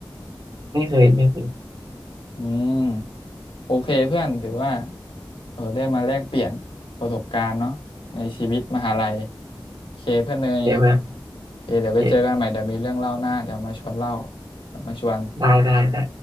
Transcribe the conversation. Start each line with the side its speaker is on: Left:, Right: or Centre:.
Right: ไม่เคยไม่เคย
Left: อืมโอเคเพื่อนถือว่าเออได้มาแลกเปลี่ยนประสบการณ์เนาะในชีวิตมหาลัยโอเคเพื่อนเนย
Right: โอเคเพื่อน
Left: โอเคเดี๋ยวไปเจอกันใหม่เดี๋ยวมีเรื่องเล่าหน้าเดี๋ยวมาชวนเล่า
Right: โอเค
Left: เดี๋ยวมาชวน
Right: ได้ได้ได้